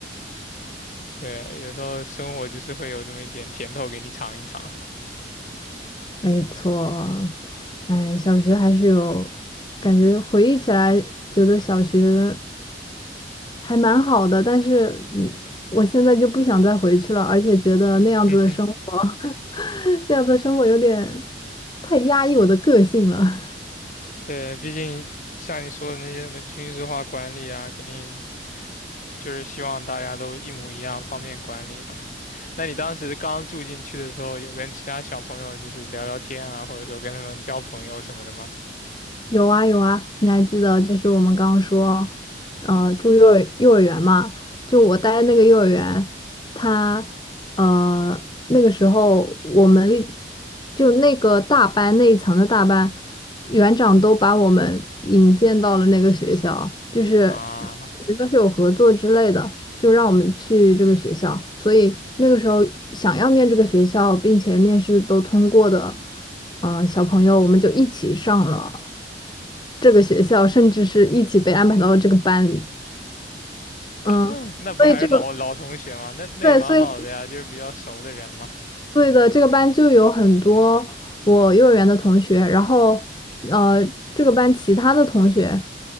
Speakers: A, on the left; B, on the left.
A: 对，有时候生活就是会有这么一点甜头给你尝一尝。<laughs>
B: 没错，哎，小学还是有感觉，回忆起来觉得小学还蛮好的，但是嗯，我现在就不想再回去了，而且觉得那样子的生活，
A: 哼哼
B: <laughs> 那样子的生活有点太压抑我的个性了。
A: 对，毕竟像你说的那些什么军事化管理啊，肯定就是希望大家都一模一样，方便管理嘛。那你当时刚住进去的时候，有跟其他小朋友就是聊聊天啊，或者说跟他们交朋友什么的吗？
B: 有啊有啊，你还记得就是我们刚刚说，呃，住幼儿幼儿园嘛？就我待的那个幼儿园，他呃那个时候我们一就那个大班那一层的大班，园长都把我们引荐到了那个学校，就是
A: 啊，
B: 都是有合作之类的，就让我们去这个学校。所以那个时候想要念这个学校，并且面试都通过的，呃，小朋友我们就一起上了。这个学校，甚至是一起被安排到了这个班里。嗯，
A: <laughs> 那不还是老老同学吗？
B: 所以这个
A: 那那也蛮好的呀，
B: 对，所以
A: 就是比较熟的人嘛，
B: 对的，这个班就有很多我幼儿园的同学，然后呃，这个班其他的同学，